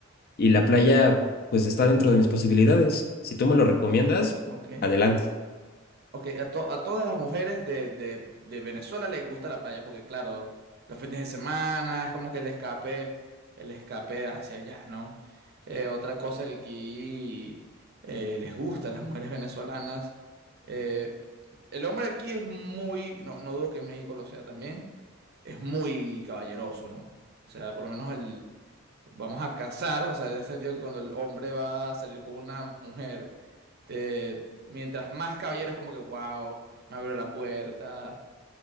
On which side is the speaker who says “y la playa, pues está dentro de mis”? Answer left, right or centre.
Left